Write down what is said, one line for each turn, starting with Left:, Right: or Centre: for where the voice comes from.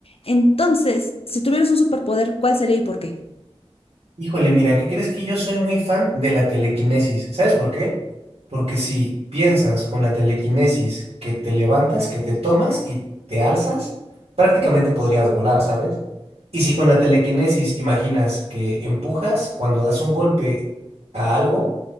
Left: Entonces, si tuvieras un superpoder, ¿cuál sería y por qué?
Right: Híjole, mira, ¿qué crees que yo soy muy fan de la telequinesis? ¿Sabes por qué? Porque si piensas con la telequinesis que te levantas, que te tomas y te alzas, prácticamente podrías volar, ¿sabes? Y si con la telequinesis imaginas que empujas cuando das un golpe a algo,